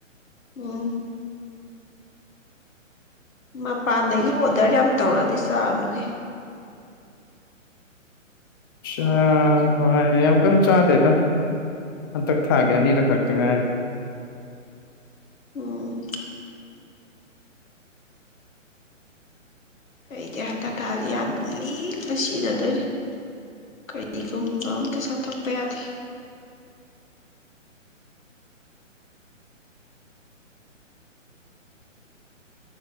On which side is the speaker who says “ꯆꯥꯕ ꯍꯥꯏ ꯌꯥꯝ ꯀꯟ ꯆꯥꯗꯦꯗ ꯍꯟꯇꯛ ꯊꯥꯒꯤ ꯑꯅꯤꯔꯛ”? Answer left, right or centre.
Left